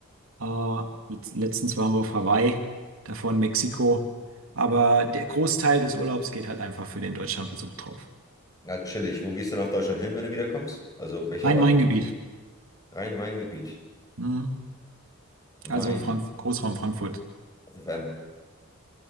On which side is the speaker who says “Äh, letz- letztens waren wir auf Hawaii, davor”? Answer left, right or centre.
Right